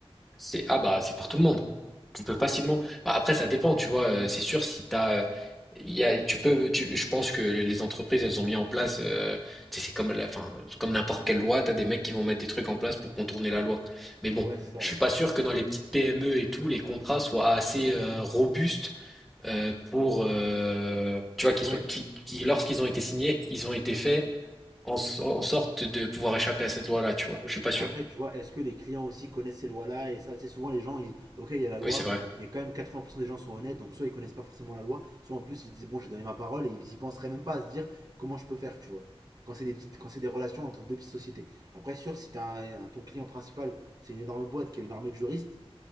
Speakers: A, in the centre; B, on the right.
A: c'est ah bah c'est pour tout le monde. Tu peux facilement.
B: Ok.
A: Bah, après, ça dépend, tu vois. euh, C'est sûr si t'as, euh, il y a, tu peux, tu- je pense que les entreprises, elles ont mis en place. euh, tu sais, c'est comme la, enfin, comme n'importe quelle loi, t'as des mecs qui vont mettre des trucs en place pour contourner la loi. Mais bon,
B: Ouais, ça.
A: je suis pas sûr que dans les petites PME et tout, les contrats soient assez euh, robustes euh, pour, euh, tu vois, qu'ils
B: Ouais,
A: soient, qui, qui, lorsqu'ils ont été signés, ils ont été faits en, so- en sorte de pouvoir échapper à cette loi-là, tu vois.
B: Oui,
A: Je suis
B: oui.
A: pas
B: mais
A: sûr.
B: après, tu vois, est-ce que les clients aussi connaissent ces lois-là et ça, tu sais, souvent les gens, ils, ok, il y a la loi,
A: Oui, c'est vrai.
B: mais quand même 80% des gens sont honnêtes, donc soit ils connaissent pas forcément la loi, soit en plus ils disent bon, j'ai donné ma parole et ils y penseraient même pas à se dire comment je peux faire, tu vois. Quand c'est des petites, quand c'est des relations entre deux petites sociétés. Après, sûr, si t'as un, un- ton client principal, c'est une énorme boîte qui a une armée de juristes,